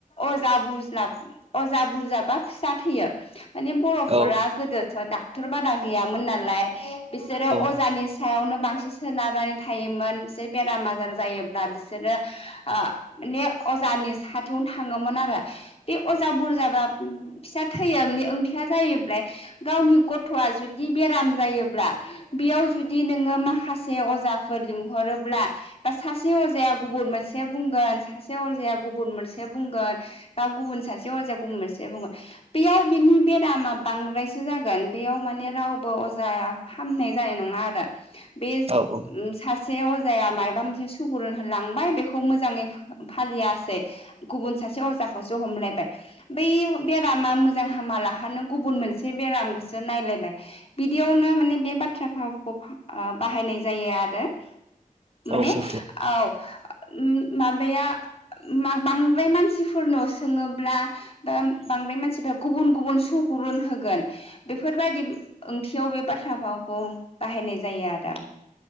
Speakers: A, on the left; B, on the right.
A: अजा बुज्लाब अजा बुरजाबा फिसा थैयो माने बर'फोरा
B: औ
A: गोदोथ' डाक्टर बारा गैयामोन नालाय बिसोरो
B: औ
A: अजानि सायावनो बांसिन सोनारनानै थायोमोन बिसोर बेराम आजार जायोब्ला बिसोरो आ माने अजानि साथियावनो थाङोमोन आरो बे अजा बुरजाबा फिसा थैयोे बे ओंथिया जायैब्लाय गावनि गथ'आ जुदि बेराम जायोब्ला बेयाव जुदि नोङो माखासे से अजाफोर लिंहरोब्ला बा सासे अजाया गुबुन मोनसे बुंगोन सासे अजाया गुबुन मोनसे बुंगोन बा गुबुन सासे अजाया गुबुन मोनसे बुङो। बेयाव बिनि बेरामा बांद्रायसो जागोन बेयाव माने रावबो अजाया हामनाय जानाय नङा आरो बे
B: औ
A: उम
B: औ
A: सासे से अजाया मायबा मोनसे सुबुरुन होलांबाय बेखौ मोजाङै फो फालियासै गुबुन सासे अजाखौसो हमलायबाय बै बेरामा मोजां हामा लाहानो गुबुन मोनसे बेरामखौसो नायलायबाय बिदियावनो माने बे बाथ्रा फावखौ फा ओ बाहायनाय जायो आरो माने
B: औ सैथो
A: औ उम माबाया मा बांद्राय मानसिफोरनाव सोङोब्ला बा बांद्राय मानसिफ्रा गुबुन गुबुन सुबुरुन होगोन बेफोरबायदि ओंथियाव बे बाथ्रा भावखौ बाहायनाय जायो आरो